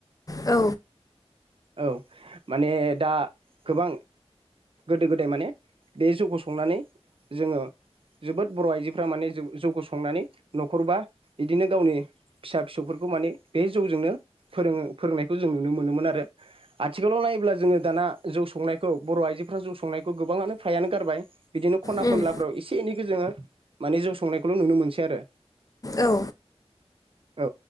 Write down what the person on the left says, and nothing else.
औ।
उम
औ।